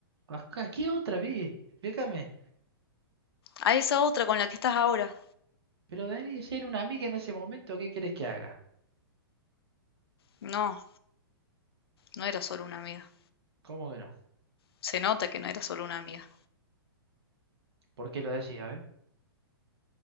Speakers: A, on the right; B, on the left.
A: Acá, ¿qué otra vi? Explícame.
B: A esa otra con la que estás ahora.
A: Pero Dani, si era una amiga en ese momento, ¿qué quieres que haga?
B: No, no era solo una amiga.
A: ¿Cómo que no?
B: Se nota que no era solo una amiga.
A: ¿Por qué lo decís? A ver.